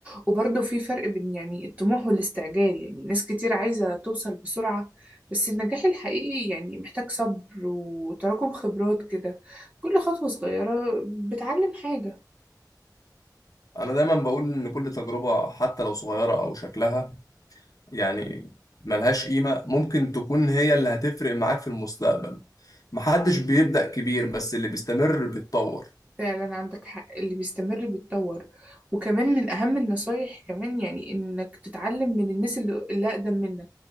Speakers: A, on the right; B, on the left.
A: وبرضه في فرق بين يعني الطموح والاستعجال يعني ناس كتير عايزة توصل بسرعة بس النجاح الحقيقي يعني محتاج صبر وتراكم خبرات كده كل خطوة صغيرة بتعلم حاجة
B: انا دايما بقول ان كل تجربة حتى لو صغيرة او شكلها يعني ملهاش قيمة ممكن تكون هي اللي هتفرق معاك في المستقبل محدش بيبدأ كبير بس اللي بيستمر بيتطور
A: فعلا عندك حق اللي بيستمر بيتطور وكمان من أهم النصايح كمان يعني إنك تتعلم من الناس اللي, اللي أقدم منك